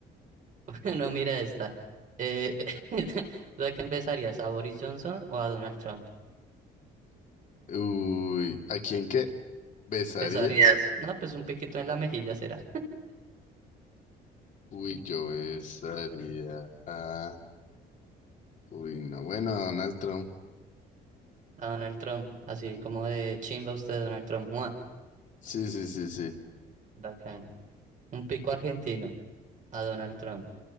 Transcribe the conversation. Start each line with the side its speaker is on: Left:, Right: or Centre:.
Right: <laughs> No, mira esta. Eh, <laughs> ¿tú a quién besarías? ¿A Boris Johnson o a Donald Trump?
Left: Uy, ¿a quién qué? ¿Besaría?
Right: Besarías, no, pues un piquito en la mejilla será.
Left: Uy, yo besaría a... Uy, no, bueno, a Donald Trump.
Right: A Donald Trump, así como de chimba usted, Donald Trump. ¡Mua!
Left: Sí, sí, sí, sí.
Right: Bacán. Un pico argentino a Donald Trump.